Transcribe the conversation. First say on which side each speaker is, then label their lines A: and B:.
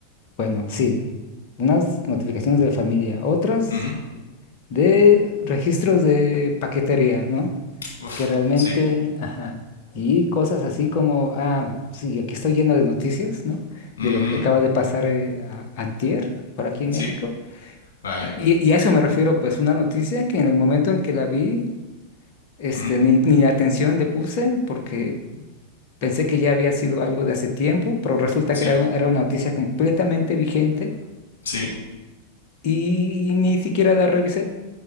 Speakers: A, on the left; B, on the left.
A: bueno, sí, unas notificaciones de la familia, otras
B: Ujú.
A: de registros de paquetería, ¿no?
B: Uf,
A: Que realmente,
B: sí.
A: ajá, y cosas así como, ah, sí, aquí estoy lleno de noticias, ¿no?
B: Ujú.
A: De lo que acaba de pasar eh, a- antier, por aquí en
B: Sí,
A: México.
B: vale.
A: Y, y a eso me refiero, pues una noticia que en el momento en que la vi, este,
B: Ujú.
A: ni, ni atención le puse porque pensé que ya había sido algo de hace tiempo, pero resulta
B: Sí,
A: que era, era una noticia completamente vigente
B: sí.
A: y ni siquiera la revisé.